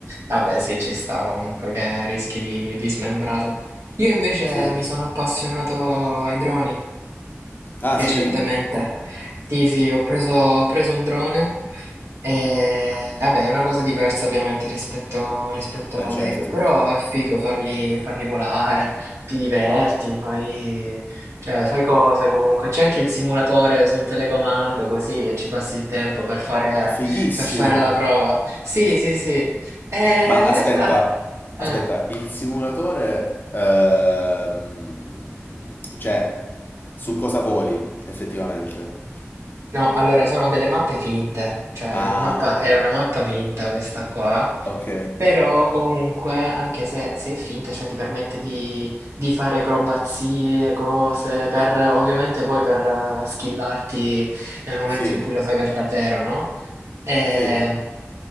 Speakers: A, on the right; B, on the left.
A: Vabbè, sì, ci sta comunque che rischi di, di smembrarlo. Io invece
B: Sì.
A: mi sono appassionato ai droni
B: Ah,
A: recentemente.
B: sì?
A: Sì, sì, ho preso, ho preso un drone e, vabbè, è una cosa diversa ovviamente rispetto, rispetto
B: Eh
A: alla
B: certo.
A: Lego, però è figo farli, farli volare, ti diverti, fai, cioè, fai cose comunque. C'è anche il simulatore sul telecomando così e ci passi il tempo per fare,
B: Fighissimo.
A: per fare la prova. Sì, sì, sì. E
B: Ma
A: in
B: aspetta,
A: realtà... eh,
B: aspetta, il simulatore, ehm, cioè, su cosa voli effettivamente?
A: no, allora sono delle mappe finte, cioè
B: Ah,
A: è una mappa,
B: ok,
A: è una mappa finta questa qua
B: ok,
A: Però comunque, anche se, se è finta, cioè ti permette di, di fare acrobazie, cose, per ovviamente poi per eh, skillarti nel momento
B: sì,
A: in cui lo fai per davvero, no? Ehm,
B: sì.